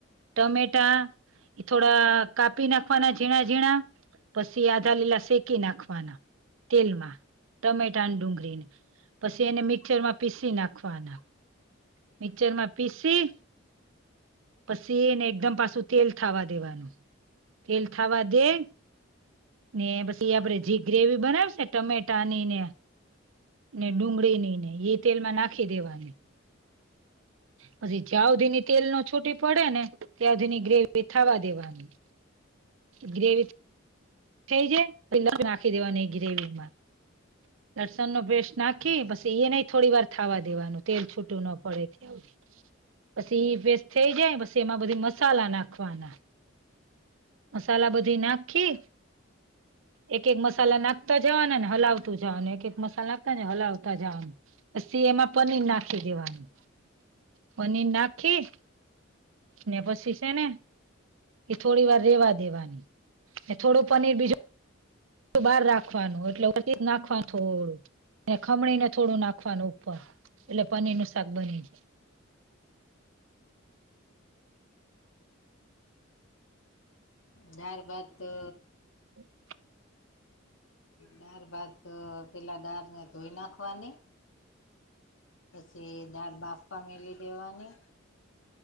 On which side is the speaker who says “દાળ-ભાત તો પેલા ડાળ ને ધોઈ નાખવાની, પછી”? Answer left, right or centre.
Left